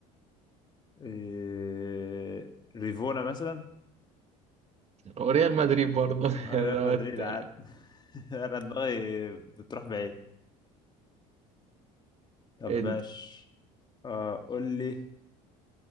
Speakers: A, on the left; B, on the right.
A: إيه... ريفونا مثلا
B: وريال مدريد برضه
A: آه،
B: <laughs>
A: ريال
B: دوت
A: مدريد عادي
B: آه،
A: <laughs> انا دماغي بتروح بعيد طب
B: إد.
A: ماشي آه قول لي